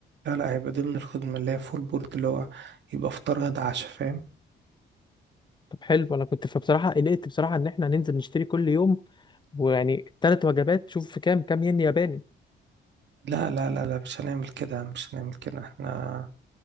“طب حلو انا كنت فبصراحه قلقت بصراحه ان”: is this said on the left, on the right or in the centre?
Left